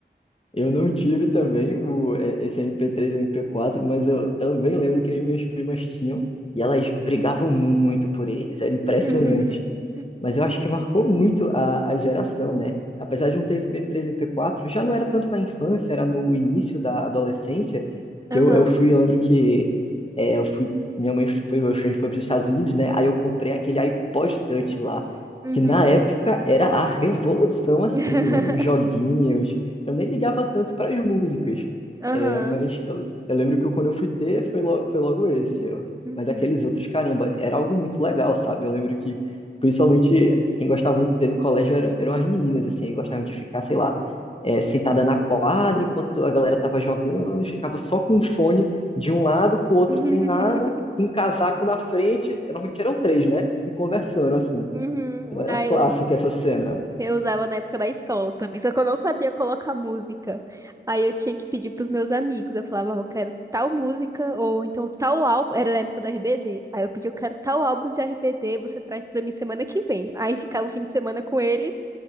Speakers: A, on the left (about 30°); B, on the right (about 20°).
A: Eu não tive também o, eh, esse MP3 e MP4, mas eu também lembro que as minhas primas tinham e elas brigavam muito por eles, era impressionante.
B: <laughs>
A: Mas eu acho que marcou muito a, a geração, né? Apesar de não ter esse MP3, MP4, já não era tanto na infância, era no início da adolescência, que
B: Aham.
A: eu, eu fui, eu lembro que é, eu fui, minha mãe foi, a gente foi para os Estados Unidos, né? Aí eu comprei aquele iPod Touch lá,
B: Uhum.
A: que na época era a revolução, assim,
B: <laughs>
A: os joguinhos. Eu nem ligava tanto para as músicas,
B: Aham.
A: é, mas eu, eu lembro que quando eu fui ter, foi logo, foi logo esse. ó.
B: Uhum.
A: Mas aqueles outros, caramba, era algo muito legal, sabe? Eu lembro que Principalmente quem gostava muito de ter no colégio era, eram as meninas, assim, gostavam de ficar, sei lá, é, sentada na quadra enquanto a galera tava jogando, e ficava só com o fone de um lado, com o outro
B: <laughs>
A: sem nada, com um casaco na frente, normalmente eram três, né? E conversando, assim.
B: Uhum.
A: Então era
B: Aí
A: clássica
B: eu,
A: essa cena.
B: eu usava na época da escola também, só que eu não sabia colocar música. Aí eu tinha que pedir pros meus amigos. Eu falava, "Ah, eu quero tal música, ou então tal álbum. Era na época do RBD. Aí eu pedi, eu quero tal álbum de RBD, você traz pra mim semana que vem. Aí ficava o fim de semana com eles,